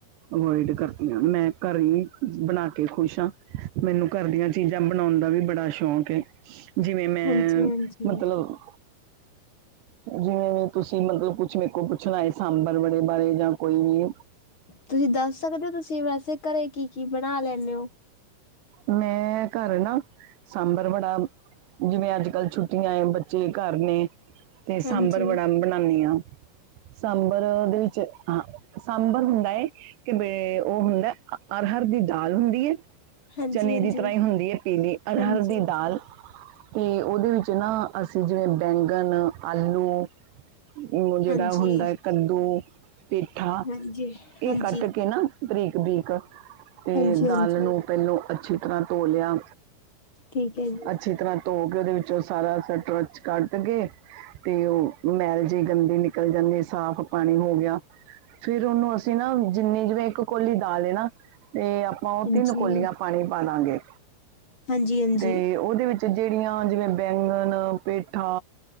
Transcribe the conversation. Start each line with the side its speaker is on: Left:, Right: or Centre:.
Right: ਅਵੋਇਡ ਕਰਦੀ ਆਂ, ਮੈਂ ਘਰੇ ਹੀ ਬਣਾ ਕੇ ਕੇ ਖੁਸ਼ ਹਾਂ, ਮੈਨੂੰ ਘਰ ਦੀਆਂ ਚੀਜ਼ਾਂ ਬਣਾਉਣ ਦਾ ਵੀ ਬੜਾ ਸ਼ੌਕ ਏ ਜਿਵੇਂ ਮੈਂ
Left: ਹਾਂਜੀ ਹਾਂਜੀ।
Right: ਮਤਲਬ ਜਿਵੇਂ ਤੁਸੀਂ ਮਤਲਬ ਕੁਛ ਮੇਰੇ ਕੋਲੋ ਪੁੱਛਣ ਆਏ, ਸਾਂਬਰ ਵੜੇ ਬਾਰੇ ਜਾਂ ਕੋਈ ਵੀ।
Left: ਤੁਸੀਂ ਦੱਸ ਸਕਦੇ ਹੋ, ਤੁਸੀਂ ਵੈਸੇ ਘਰੇ ਕੀ ਕੀ ਬਣਾ ਲੈਂਨੇ ਔ।
Right: ਮੈਂ ਘਰ ਨਾ ਸਾਂਬਰ ਵੜਾ। ਜਿਵੇਂ ਅੱਜ ਕੱਲ੍ਹ ਛੁੱਟੀਆਂ ਏ, ਬੱਚੇ ਘਰ ਨੇ। ਤੇ ਸਾਂਬਰ
Left: ਹਾਂਜੀ
Right: ਵੜਾ ਬਣਾਉਨੀ ਆਂ, ਸਾਂਬਰ ਦੇ ਵਿੱਚ। ਹਾਂ ਸਾਂਬਰ ਹੁੰਦਾ ਹੈ, ਕਿ ਬ ਉਹ ਹੁੰਦਾ ਅਰਹਰ ਦੀ ਦਾਲ ਹੁੰਦੀ ਹੈ।
Left: ਹਾਂਜੀ
Right: ਚਨੇ
Left: ਹਾਂਜੀ
Right: ਦੀ ਤਰਾ ਈ ਹੁੰਦੀ ਹੈ ਪੀਲੀ, ਅਰਹਰ
Left: ਹਾਂਜੀ।
Right: ਦੀ ਦਾਲ। ਤੇ ਉਹਦੇ ਵਿੱਚ ਨਾ, ਅਸੀਂ ਜਿਵੇਂ ਬੈਂਗਣ ਆਲੂ। ਉਹ ਜਿਹੜਾ
Left: ਹਾਂਜੀ
Right: ਹੁੰਦਾ ਹੈ, ਕੱਦੂ ਪੇਠਾ
Left: ਹਾਂਜੀ
Right: ਇਹ
Left: ਹਾਂਜੀ
Right: ਕੱਟ ਕੇ ਨਾ। ਬਰੀਕ -ਬਰੀਕ, ਤੇ
Left: ਹਾਂਜੀ ਹਾਂਜੀ
Right: ਦਾਲ ਨੂੰ ਪਹਿਲੋਂ‌। ਅੱਛੀ ਤਰ੍ਹਾਂ ਧੋ ਲਿਆ
Left: ਠੀਕ ਹੈ ਜੀ
Right: ਅੱਛੀ ਤਰ੍ਹਾਂ ਧੋ ਕੇ ਓਦੇ ਵਿੱਚ ਸਾਰਾ ਸਟਰਚ ਕੱਟ ਕੇ ਤੇ ਉਹ ਮੈਲ ਜਿਹੀ ਗੰਦੀ ਨਿਕਲ ਜਾਂਦੀ, ਸਾਫ਼ ਪਾਣੀ ਹੋ ਗਿਆ। ਫੇਰ ਓਨੂੰ ਅਸੀਂ ਨਾ ਜਿੰਨੀ, ਜਿਵੇਂ ਇੱਕ ਕੋਲੀ ਦਾਲ ਏ ਨਾ ਤੇ ਆਪਾਂ ਓ
Left: ਹਾਂਜੀ।
Right: ਤਿੰਨ ਕੋਲੀਆਂ ਪਾਣੀ ਪਾ ਦਾਂਗੇ।
Left: ਹਾਂਜੀ ਹਾਂਜੀ
Right: ਤੇ ਓਦੇ ਵਿੱਚ ਜਿਹੜੀਆਂ, ਜਿਵੇਂ ਬੈਂਗਣ ਪੇਠਾ।